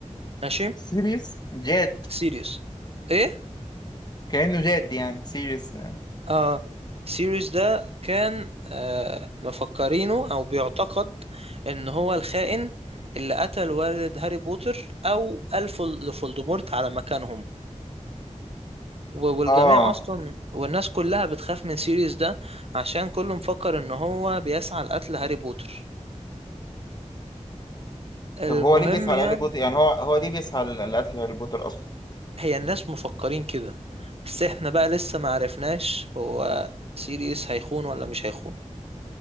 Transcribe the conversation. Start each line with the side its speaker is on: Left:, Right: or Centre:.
Right: ماشي
Left: سيريس جاد
Right: سيريوس ايه
Left: كانه جاد يعني سيريس
Right: اه سيريوس ده كان آه مفكرينه او بيعتقد ان هو الخائن اللي قتل والد هاري بوتر او الف لفولدمورت على مكانهم و- والجميع
Left: اه
Right: اصلا والناس كلها بتخاف من سيريس ده عشان كله مفكر ان هو بيسعى لقتل هاري بوتر المهم
Left: طب هو ليه بيسعى
Right: يعني
Left: لهاري بوتر يعني هو هو ليه بيسعى ل- لقتل هاري بوتر اصلا
Right: هي الناس مفكرين كده بس احنا بقى لسه ما عرفناش هو سيريس هيخون ولا مش هيخون